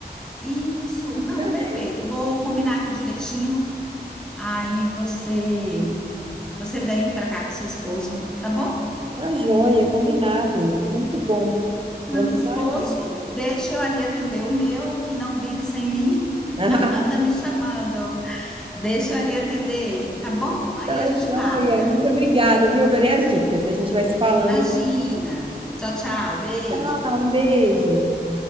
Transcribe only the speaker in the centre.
Isso.
Não, perfeito. Vou combinar aqui direitinho. Aí você, você vem para cá com seu esposo, tá bom?
Meu
esposo,
deixa eu ali atender o meu, que não vive sem mim.
<laughs>
Tá me chamando. Deixa eu ali atender ele, tá bom? Aí
a gente
marca.
Imagina.
Tchau, tchau. Beijo.